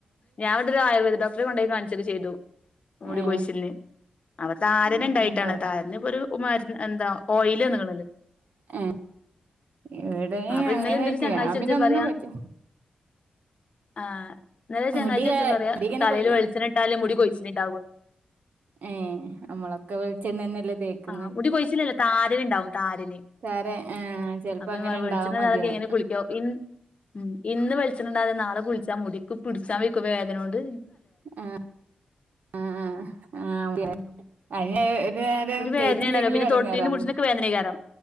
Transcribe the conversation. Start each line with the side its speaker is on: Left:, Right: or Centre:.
Left: ഞാൻ ഇവിടെ ഒരു ആയുർവേദ ഡോക്ടറെ കൊണ്ടുപോയി കാണിച്ചൊക്കെ ചെയ്തു മൂടി
Right: ഏ
Left: കോഴിച്ചലിന് അപ്പ താരൻ
Right: ഉം,
Left: ഉണ്ടായിട്ടാണ്
Right: കൊറ
Left: താരന് ഇപ്പോ ഒരു മര എന്താ ഓയിൽ നില്
Right: ഏ ഇവിടെ
Left: അപ്പൊ
Right: അങ്ങനൊയിരിക്ക
Left: ഇന്നലെ ഇന്റെ ഒരു ചങ്ങായിച്ചി
Right: ഞാൻ
Left: വിളിച്ച്
Right: പിന്നെ ഒന്നും
Left: പറയാ
Right: പറ്റൂ
Left: ആഹ് ഇന്നലെ ചങ്ങായിച്ചി
Right: മുടി
Left: വിളിച്ചപ്പോ
Right: ക-
Left: പറയാ
Right: മുടി ഇങ്ങനെ
Left: തലേല്
Right: കൊയ്യ
Left: വെളിച്ചെണ്ണ ഇട്ടാല് മുടി കൊഴിച്ചിന ഇണ്ടാകന്ന്.
Right: ഏ നമ്മളൊക്കെ വെളിച്ചെണ്ണ തന്നെയല്ലേ തേക്കുന്നത്
Left: ആഹ് മുടി കൊഴിച്ചിലല്ല താരനണ്ടാവും താരന്.
Right: സാറെ ആ ചെലപ്പോ
Left: അപ്പ
Right: അങ്ങനെ ഉണ്ടാവാൻ
Left: വെളിച്ച നളൊക്കെ
Right: മതിയാവും
Left: എങ്ങനെ കുളിക്കോ ഉം ഇന്ന് വെളിച്ചെണ്ണിടാതെ നാളെ കുളിച്ചാ മുടിക്ക് പിടിച്ചാ വക്കും വേദന കൊണ്ട്
Right: ആഹ് ആഹ് ആഹ്
Left: ഉം
Right: ആ ഏഹ് ഇത്
Left: ഒരു വേദനേണല്ലോ
Right: തേറ്റില്ലെങ്കിലും
Left: പിന്നെ
Right: എടങ്ങാറാണ്
Left: തൊട്ടിലിനും പിടിച്ചിനൊക്കെ വേദനേക്കാരം